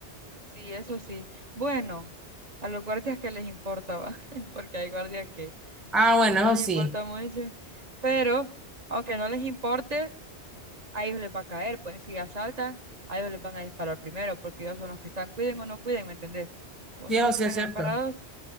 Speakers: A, on the right (about 40°); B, in the centre.
A: sí, eso sí. Bueno, a los guardias que les importa, ¿va? <laughs> Porque hay guardias que,
B: Ah, bueno,
A: que no
B: eso
A: les
B: sí.
A: importa mucho. Pero, aunque no les importe, a ellos les va a caer, pues si asaltan, a ellos les van a disparar primero, porque ellos son los que están, cuiden o no cuiden, ¿me entendés? Como
B: Sí,
A: son
B: eso
A: los que
B: sí
A: están
B: es cierto.
A: ahí parados,